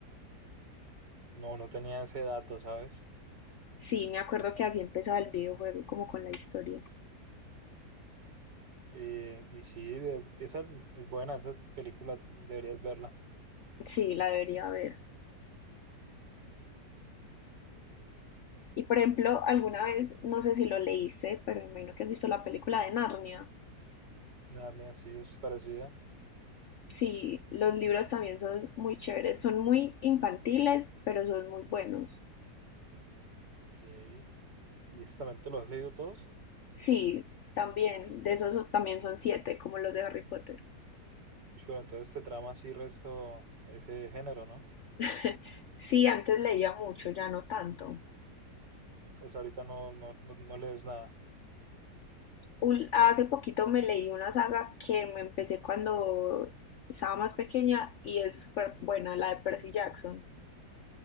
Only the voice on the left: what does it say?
Sí, me acuerdo que así empezaba el videojuego, como con la historia.
Sí, la debería ver. Y por ejemplo, alguna vez, no sé si lo leíste, pero me imagino que has visto la película de Narnia.
Sí, los libros también son muy chéveres, son muy infantiles, pero son muy buenos.
Sí, también, de esos so- también son siete, como los de Harry Potter.
<laughs> Sí, antes leía mucho, ya no tanto.
Ul- hace poquito me leí una saga que me empecé cuando estaba más pequeña y es súper buena, la de Percy Jackson.